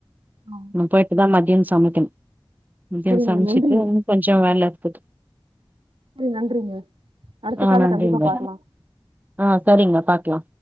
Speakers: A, on the right; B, on the right.
A: ஆ
B: நா போய் இதா மதியோ சமைக்கணும் மதியம்
A: சரிங்க
B: சமச்சிட்டு
A: நன்றிங்க
B: கொஞ்சோ வேலருக்குது
A: செரி நன்றிங்க அடுத்த
B: ஆ
A: கால்ல
B: நன்றிங்க
A: கண்டிப்பா பாக்கலாம்
B: ஆ சரிங்க பாக்கலா